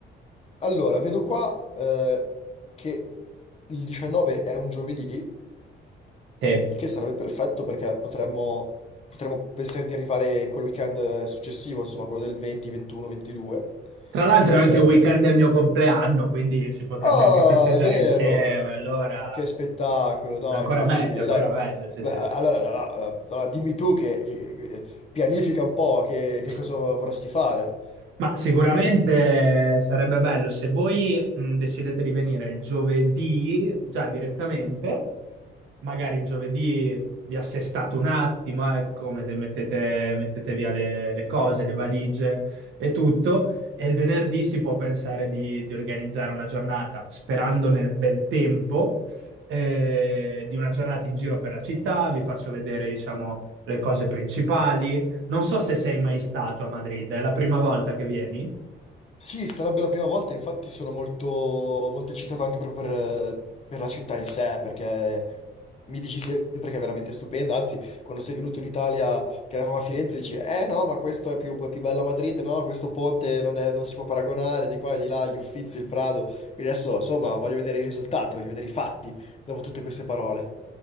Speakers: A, on the left; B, on the right.
A: Allora, vedo qua eh, che il 19 è un giovedì,
B: Che,
A: Il che sarebbe perfetto perché potremmo, potremmo pensare di arrivare quel weekend successivo, insomma, quello del 20, 21, 22.
B: tra l'altro
A: Eh,
B: è anche il weekend del mio compleanno, quindi si potrebbe
A: Oh,
B: anche festeggiare
A: è vero!
B: insieme, allora
A: Che spettacolo, no?
B: ancora
A: Incredibile,
B: meglio, ancora
A: dai.
B: meglio, sì,
A: Beh,
B: sì,
A: a-
B: sì.
A: allora, allora, allora, dimmi tu che, che- che- pianifica un po' che, che
B: <laughs>
A: cosa vorresti fare.
B: Ma sicuramente sarebbe bello se voi mh, decidete di venire il giovedì già direttamente, magari il giovedì vi assestate un attimo, ecco, mette- mettete, mettete via le, le cose, le valigie e tutto, e il venerdì si può pensare di, di organizzare una giornata, sperando nel bel tempo, eh, di una giornata in giro per la città, vi faccio vedere, diciamo, le cose principali non so se sei mai stato a Madrid, è la prima volta che vieni?
A: Sì, sarebbe la prima volta, infatti sono molto, molto eccitato anche proprio per, per la città in sé, perché mi dici sempre che è veramente stupenda, anzi, quando sei venuto in Italia, che eravamo a Firenze, dici, eh no, ma questo è più, più bello a Madrid, no, questo ponte non, è- non si può paragonare, di qua e di là, gli Uffizi, il Prado, quindi adesso, insomma, voglio vedere i risultati, voglio vedere i fatti, dopo tutte queste parole.